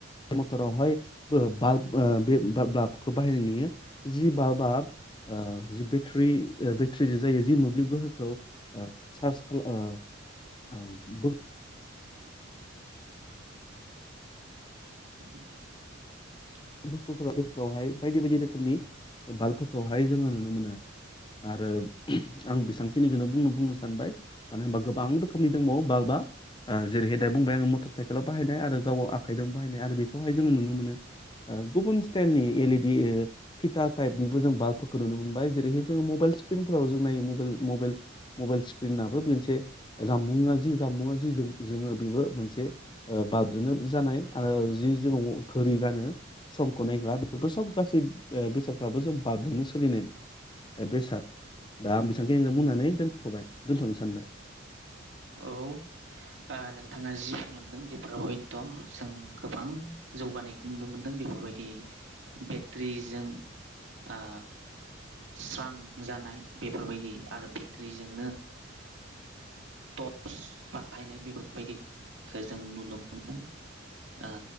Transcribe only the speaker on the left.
मथ'रावहायबो बाल्ब बे बाल्ब-ब्लाबखौ बाहायनाय नुयो, जि बाल्बा ओ जि बेट्रि ओ बेट्रिजो जायो जि मोब्लिब गोहोखौ ओ चार्ज खालाम ओ ओम
बुस्थुफोरा बेस्थवाहाय बायदि बायदि रोखोमनि बे बाल्फोरखौहाय जोङो नुनो मोनो। आरो आं बेसेबां खिनिखौनो बुंनो बुंनो सानबाय मानो होनोबा गोबां रोखोमनि दंबावो बाल्ब जेरै दाय बुंबाय आङ मटर साइकेलाव बाहायनाय आरो गाव गाव आखाइजों बाहायनाय आरो बेखौहाय जोङो नुनो मोनो। ओ गुबुन स्टाइलनि एल इ डि ओ फिथा टाइपनिबो जों बाल्बफोरखौ नुनो मोनबाय जेरैहाय जोङो मबाइल स्क्रिनफोराव जों नायो मबाइल मबाइल मबाइल स्क्रिनाबो मोनसे जामबुंङा जि जामबुंङा जि जोङो बेबो मोनसे बाल्बजोंनो जानाय आरो जि जोंङो धङी गानो समखौ नायग्रा बेफोरबो सब गासै ओ बेसादफ्राबो जों बाल्बजोंनो सोलिनाय। ए बेसाद दा आं बेसेबांखिनो बुंनानै दोन हाय दोनथ'नो सानबाय।